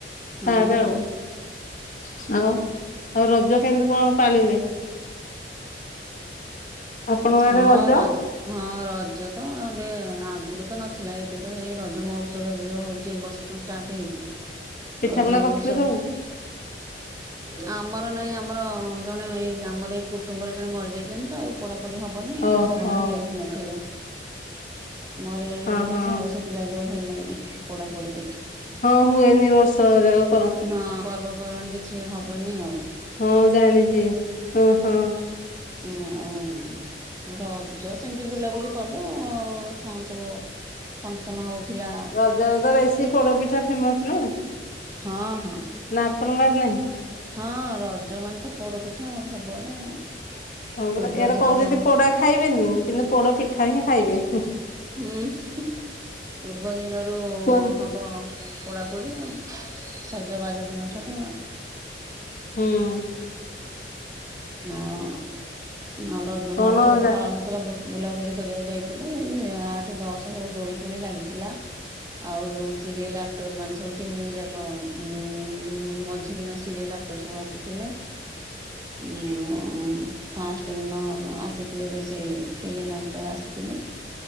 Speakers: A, on the left; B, on the right.
A: <unintelligible>
B: ହଁ ହଁ
A: ଆଉ। ଆଉ ଆଉ ରଜ କେମତି କଣ ପାଳିଲେ? ଆପଣଙ୍କ ଆଡେ
B: ହଁ
A: ରଜ
B: ରଜ୍ ହଁ ରଜ ତ ଏବେ ଆଗୁରୁ ତ ନଥିଲା ଏବେ ତ ସେଇ ରଜ ମହୋତ୍ସବ ଏବେ ଯୋଉ ହଉଚି ଏ ବର୍ଷ ରୁ ଷ୍ଟାଟେ ହେଇଚି।
A: <unintelligible>
B: ରଜ ମହୋତ୍ସବ
A: କରିଥିଲେ ସବୁ?
B: ଆମର ନାଇଁ ଆମ୍ ଆମର ଜଣେ ଏଇ ଆମର ଏଇ କୁଟୁମ୍ବରେ ଜଣେ ମରଯାଇଚନ୍ତି ତ ଆଉ ପୋଡାପୋଡିି ହବନି
A: ଓହୋ
B: ପିଠା ପଣା ହେଇ ନଥିଲା ମରିଗଲେଣି
A: ହଁ
B: ଦି
A: ହଁ
B: ମାସେ ହବ ସେ ଥିଲାଗି ଆଉ ହେଲାନି ପୋଡା ପୋଡି ପିଠା।
A: ହଁ ହୁଏନି ବର୍ଷକ ଯାଗ।
B: ହଁ ପର୍ବପର୍ବାଣୀ କିଛି ହବନି ଆଉ।
A: ହଁ ଜାଣିଚି ହଁ ହଁ।
B: ନାଇଁ। ମୁଁ ରଜ ସେମିତ ବୁଲାବୁଲି କଲ ଆଉ କଁ ସବୁ ଫଙ୍କସନ୍ ହଉଥିଲା।
A: ରଜରେ ତ ବେଶୀ ପୋଡପିଠା ଫେମସ୍ ନା।
B: ହଁ ହଁ।
A: ନା ଆପଣଙ୍କ ଆଡ୍ ନାହିଁ।
B: ହଁ ରଜ ମାନେ ତ ପୋଡପିଠା ଆଉ ସବୁଆଡେ ଆଉ।
A: ହଁ ପରା
B: ପୂର୍ବ
A: ଇଆଡେ
B: ଦିନଠୁ
A: କହୁଚନ୍ତି ପୋଡା ଖାଇବେନି କିନ୍ତୁ ପୋଡ ପିଠା ହିଁ ଖାଇବେ ହୁଁ।
B: ହୁଁ ହୁଁ ପୂର୍ବ ଦିନରୁ
A: ହୁଁ
B: ହବ ପୋଡାପୋଡି ଆଉ। ସଜବାଜ ଦିନ ଠାରୁୁ ଆଉ।
A: ହୁଁ
B: ଆଉ ନରଦ୍ ଜ
A: କଣ
B: ମହୋତ୍ସବ
A: ଯା
B: ତ ପାଳନ ହଉଥିଲା ବୁଲ୍ ବୁଲାବୁଲି କରିଆକୁ ଯାଇଥିଲେ ଏ ଏ ଆଠ ଦଶ ସବୁ ଦୋଳି ଫୋଳି ଲାଗିଥିଲା। ଆଉ ଯୋଉ ସିରିଏଲ୍ ଆକ୍ଟରମାନେ ସବୁ ତିନ ଦିନ ଯାକ ଉଁ ମଝି ଦିନ ସିରିଏଲ ଆକ୍ ଟର୍ ସବୁ ଆସିଥିଲେ।
A: ହ <unintelligible>
B: ଉଁ ଉଁ ଫାଷ୍ଟେ ଦିନ ଆସିଥିଲେ ବି ସେଇ ଫିଲିମି ଆକ୍ଟର ଆସିଥିଲେ।